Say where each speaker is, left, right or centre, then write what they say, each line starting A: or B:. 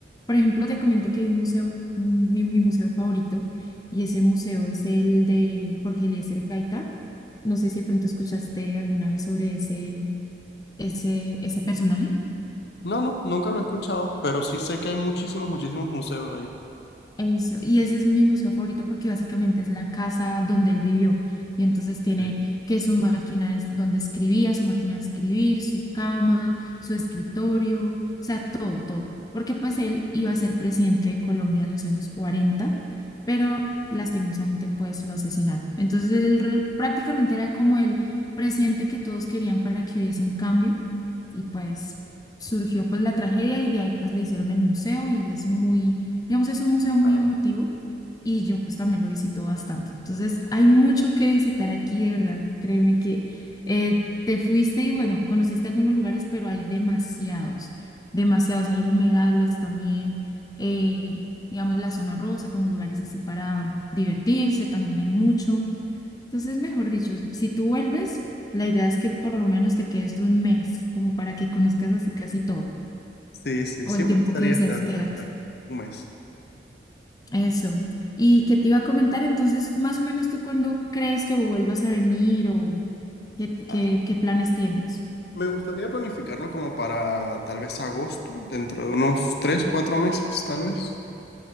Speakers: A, on the left; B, on the left.
A: Por ejemplo, te comento que hay un museo, mi mi museo favorito y ese museo es el de Jorge Eliezer Gaitán. No sé si de pronto escuchaste alguna vez sobre ese, ese, ese personaje.
B: No, no, nunca lo he escuchado, pero sí sé que hay muchísimos, muchísimos museos ahí.
A: Eso, y ese es mi museo favorito porque básicamente es la casa donde él vivió. Y entonces
B: Ok.
A: tiene que su máquina es donde escribía, su máquina de escribir, su cama, su escritorio, o sea, todo, todo. Porque pues él iba a ser presidente de Colombia en los años cuarenta pero lastimosamente pues lo asesinaron. Entonces él re- prácticamente era como el presidente que todos querían para que hubiese un cambio y pues surgió pues la tragedia y de ahí pues le hicieron el museo y es muy Digamos, es un museo muy
B: Ah,
A: emotivo y yo pues también lo visito bastante. Entonces, hay mucho que visitar aquí, de verdad. Créeme que eh, te fuiste y bueno, conociste algunos lugares, pero hay demasiados, demasiados. Hay humedales también, eh, digamos, la zona rosa, como lugares así para divertirse, también hay mucho. Entonces, mejor dicho, si tú vuelves, la idea es que por lo menos te quedes un mes, como para que conozcas así casi todo,
B: sí, sí,
A: o
B: sí
A: el tiempo
B: me gustaría
A: que desees
B: estar,
A: quedarte.
B: estar un mes.
A: Eso. ¿Y qué te iba a comentar? Entonces, más o menos tú cuándo crees que vuelvas a venir o qué,
B: Ah,
A: qué, qué planes tienes?
B: me gustaría planificarlo como para tal vez agosto, dentro de unos tres, cuatro meses, tal vez.